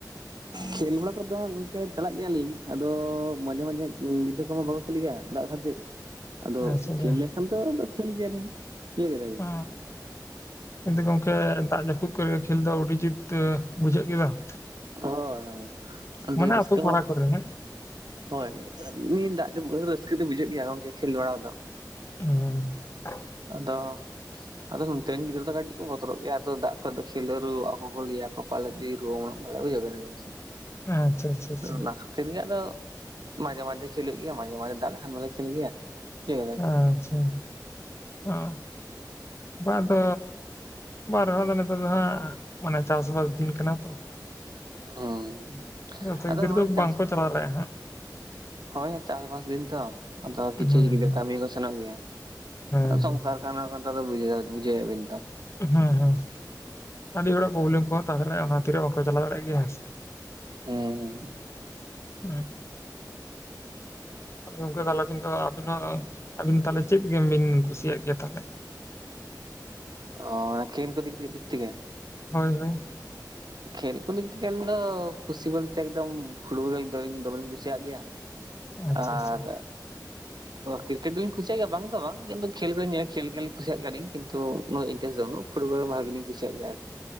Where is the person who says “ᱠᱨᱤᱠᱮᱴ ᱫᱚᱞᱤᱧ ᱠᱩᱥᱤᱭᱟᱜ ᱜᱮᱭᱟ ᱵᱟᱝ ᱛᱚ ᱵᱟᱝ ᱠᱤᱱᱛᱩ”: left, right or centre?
Right